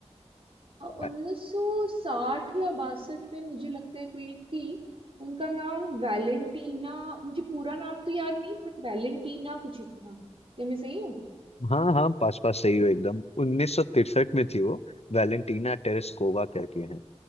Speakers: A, on the left (about 65°); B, on the right (about 50°).
A: अ-
B: उन्नीस सौ साठ या बासठ में मुझे लगता है कोई एक थी उनका नाम वैलेंटीना मुझे पूरा नाम तो याद नहीं बट वैलेंटीना कुछ एक था क्या मैं सही हूँ
A: हाँ हाँ पास पास सही हो एकदम 1963 में थी वो वैलेंटीना टेरेस्कोवा करके हैं